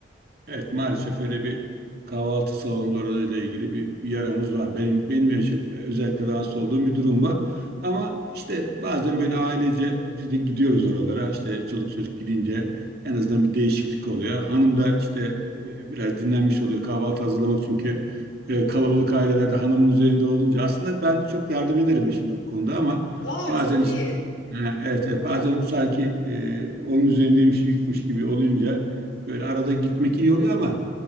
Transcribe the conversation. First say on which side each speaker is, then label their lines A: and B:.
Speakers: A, on the right; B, on the left.
A: Evet maalesef öyle bir kahvaltı salonları ile ilgili bir yaramız var. Benim benim yaşım özellikle rahatsız olduğum bir durum var. Ama işte bazen böyle ailece biz de gidiyoruz oralara. İşte çoluk çocuk gidince en azından bir değişiklik oluyor. Hanım da işte e, biraz dinlenmiş oluyor kahvaltı hazırlamak çünkü
B: Evet.
A: e, kalabalık ailelerde hanımın üzerinde olunca aslında ben çok yardım ederim eşime bu konuda ama
B: Aa
A: bazen
B: çok
A: işte
B: iyi.
A: Ha, evet, evet bazen sanki e, onun üzerindeymiş yükmüş gibi olunca Böyle arada gitmek iyi oluyor ama